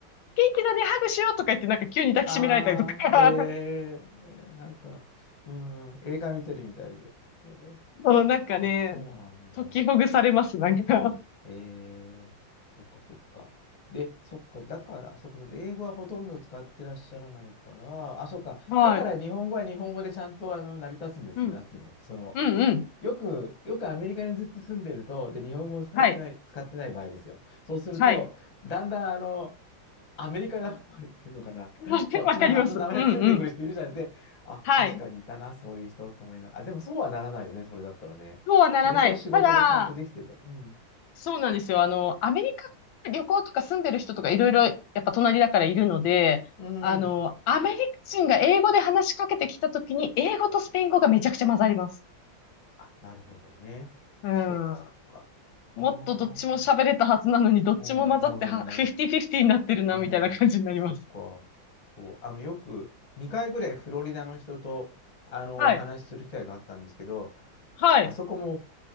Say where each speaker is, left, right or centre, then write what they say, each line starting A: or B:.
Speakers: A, on the left; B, on the left.
A: 気だね、ハグしようとか言って、なんか急に抱きしめられたりとか、
B: ああ、
A: <laughs>
B: えー、なんか、うん、映画見てるみたいで。えー
A: そうなんかね、
B: あ、そうなんだ。
A: 解きほぐされます、なんか。
B: ね、えー、そっかそっか。で、そっか、だから、そっか、そっか、英語はほとんど使ってらっしゃらないから、あ、そっか、
A: はい。
B: だから日本語は日本語でちゃんとあの成り立つんですね、
A: うん。
B: なんていうの、その、
A: うんうん。
B: よく、よくアメリカにずっと住んでると、で、日本語を使ってない、
A: はい。
B: 使ってない場合ですよ。そうすると、
A: はい。
B: だんだん、あの、アメリカなまりっていうのかな。
A: <laughs>
B: <laughs> そっちの発の名前ついてくる人いるじゃないで、
A: わかります。うんうん。
B: あ、
A: はい。
B: 確かにいたな、そういう人と思いながら。あ、でもそうはならないよね、それだったらね。
A: そうはならない。
B: 仕事は仕事でちゃんとできてるから。
A: ただ、
B: うん。
A: そうなんですよ。あの、アメリカ旅行とか住んでる人とかいろいろやっぱ隣だからいるので、
B: うん。
A: あの、アメリカ人が英語で話しかけてきたときに、英語とスペイン語がめちゃくちゃ混ざります。
B: あ、なるほどね。
A: うん。
B: そっかそっか。
A: もっとどっちも喋れたはずなのに、
B: ああ。
A: どっちも混ざっては、
B: うん、なるほどね。
A: 50-50になってるな、
B: うん、
A: みたいな感じになります。
B: そっか。そう、あの、よく2回ぐらいフロリダの人と、あの、
A: はい。
B: お話しする機会があったんですけど、
A: はい。
B: あそこも